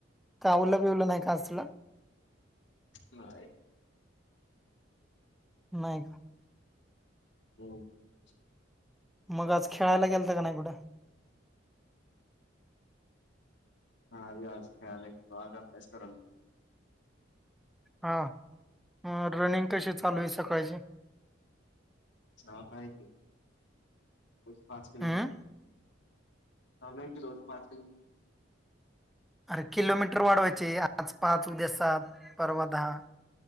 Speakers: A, in the centre; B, on the left (about 70°).
A: चावलं, बिवलं नाही काजला <unintelligible>
B: नाय.
A: नाही का?
B: <unintelligible>
A: मग आज खेळायला गेलता का नाही कुठं?
B: नाही, आज खेळायला <unintelligible> ये बाग अभ्यास करालतो.
A: हा, हा, रनिंग कशी चालू आहे सकाळची?
B: चालू आहे की, रोज पाच
A: हम्म
B: किलोमीटर. चालू आहे की, रोज पाच किलोमीटर.
A: अरे किलोमीटर वाढवायचे, आज पाच, उद्या सात, परवा दहा.